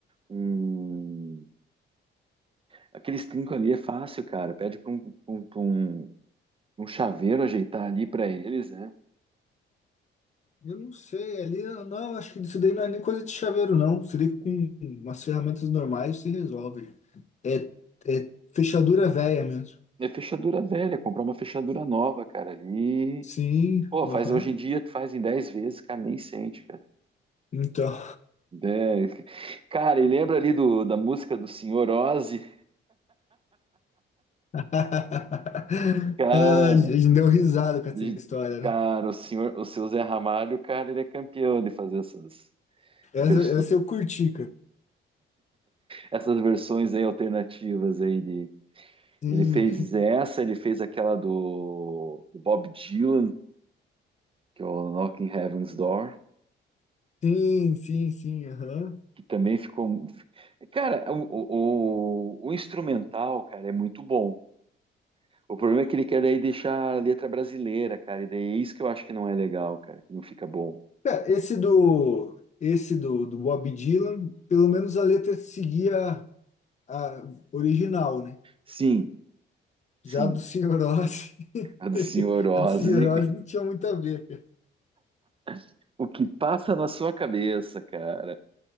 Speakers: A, on the right; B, on the left.
A: um... aqueles trinco ali é fácil, cara. Pede pra um, um, pra um, um chaveiro ajeitar ali pra eles, né?
B: Eu não sei, ali não, acho que isso daí não é nem coisa de chaveiro, não. Seria com umas ferramentas normais se resolve. É, é fechadura velha mesmo.
A: É fechadura velha, comprar uma fechadura nova, cara, ali.
B: Sim,
A: Pô,
B: aham.
A: faz hoje em dia, tu faz em 10 vezes, cara, nem sente, cara.
B: Então.
A: Dez. Cara, e lembra ali do, da música do Senhor Ozzy?
B: <laughs> Ah,
A: Cara,
B: A gente deu risada com
A: de-
B: essa história,
A: cara,
B: né?
A: o senhor, o seu Zé Ramalho, cara, ele é campeão de fazer essas
B: Essa,
A: versões.
B: essa eu curti, cara.
A: essas versões aí alternativas aí de
B: Sim,
A: ele fez essa, ele fez aquela do, do Bob Dylan, que é o Knocking Heaven's Door,
B: sim, sim, sim, aham.
A: que também ficou. Cara, o, o, o instrumental, cara, é muito bom. O problema é que ele quer daí deixar a letra brasileira, cara, e daí é isso que eu acho que não é legal, cara, que não fica bom.
B: Cara, esse do, esse do, do Bob Dylan, pelo menos a letra seguia a original, né?
A: Sim, sim,
B: Já do Senhor Oz.
A: a do
B: <laughs>
A: Senhor Ozzy,
B: A de Cirrose não tinha muito a ver, cara.
A: <laughs> o que passa na sua cabeça, cara?